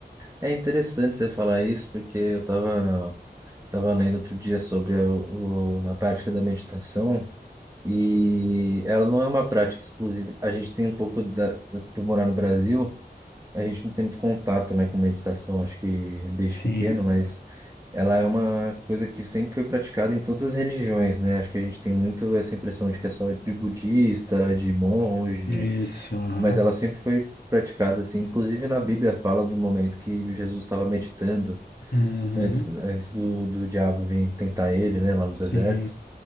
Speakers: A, on the right; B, on the left.
A: É interessante você falar isso, porque eu estava tava lendo outro dia sobre a, o- a prática da meditação e ela não é uma prática exclusiva. A gente tem um pouco, da, por morar no Brasil, a gente não tem muito contato, né, com meditação, acho que desde
B: Sim,
A: pequeno, mas ela é uma coisa que sempre foi praticada em todas as religiões, né? Acho que a gente tem muito essa impressão de que é só de budista, de monge
B: isso, aham.
A: mas ela sempre foi praticada assim. Inclusive na Bíblia fala do momento que Jesus estava meditando
B: Uhum.
A: antes, antes do, do diabo vir tentar ele, né, lá no deserto.
B: Sim,